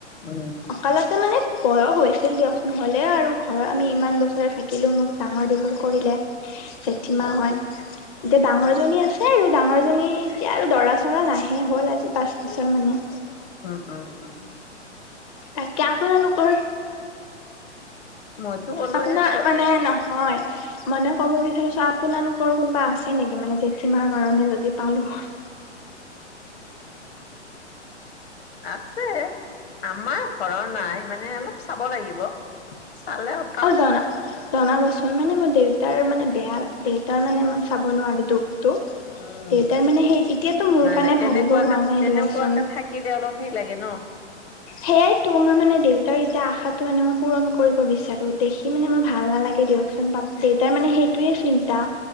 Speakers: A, on the left; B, on the left.
A: উম। উম
B: অকালতে মানে বয়স হৈছিল দিয়কচোন হ'লে আৰু ঘৰৰ আমি ইমান বছৰে থাকিলো মোক ডাঙৰ ডাঙৰ দীঘল কৰিলে জেঠীমা হয়। এতিয়া ডাঙৰজনী আছে। সেই আৰু ডাঙৰজনী এতিয়া আৰু দৰা চৰা নাহে হ'ল আজি পাঁচ বছৰ মানে।
A: উম, উম, উম।
B: তাকে, আপোনালোকৰ?
A: মইতো ক'লোৱে
B: আপোনাৰ
A: চ
B: মানে নহয় মানে ক'ব বিচাৰিছো আপোনালোকৰ কোনোবা আছে নেকি? মানে জেঠূমাৰ কাৰণে যদি পালো হয়।
A: আছে আমাৰ ঘৰৰ নাই মানে অলপ চাব লাগিব চালে পাম।
B: অ জনা জনাবচোন মানে মোৰ দেউতাৰ মানে বেয়া দেউতাৰ মানে মই চাব নোৱাৰো দুখটো।
A: উম,
B: দেউতাৰ মানে সেই এতিয়াতো মোৰ
A: নাই
B: কাৰণে
A: নাই তেনেকুৱাকে
B: ভাবিব হোৱা নাই
A: তেনেকুৱাকে
B: দিয়কচোন
A: থাকিলে অলপ সেই লাগে ন। <inaudible>
B: সেইয়াইতো মই মানে দেউতাৰ এতিয়া আশাটো মানে মই পূৰণ কৰিব বিচাৰো। দেখি মানে মোৰ ভাল নালাগে। দিয়কচোন পাপ দেউতাৰ মানে সেইটোয়ে চিন্তা,